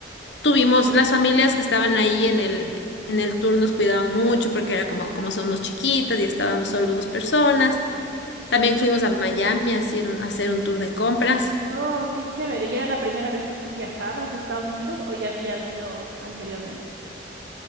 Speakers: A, on the left; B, on the right.
A: tuvimos, las familias que estaban ahí en el, en el tour nos cuidaban mucho porque era como, como somos chiquitas y estábamos solo dos personas. También fuimos a Miami a hacer un, a hacer un tour de compras.
B: Oh, qué chévere. ¿Y era la primera vez que tú viajabas a Estados Unidos o ya habías ido anteriormente?